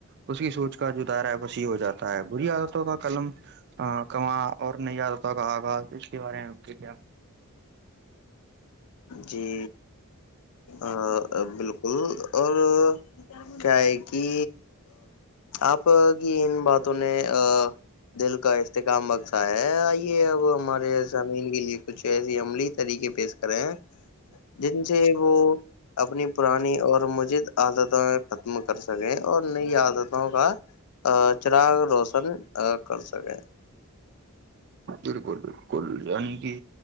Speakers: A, on the right; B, on the left.
A: اس کی سوچ کا جدارا وسیع ہو جاتا ہے بری عادتوں کا قلم ہ کماں اور نہیں آ رہتا کہ آغاز اس کے بارے میں کیا
B: جی ا بالکل اور کیا ہے کہ آپ کی ان باتوں نے ا دل کا استحکام بخشا ہے آئیے اب ہمارے زمین کے لیے کچھ ایسی عملی طریقے پیش کرے ہیں جن سے وہ اپنی پرانی اور مجید عادتوں ختم کر سکیں اور نئی عادتوں کا چراغ روشن کر سکیں
A: بالکل بالکل یانی کہ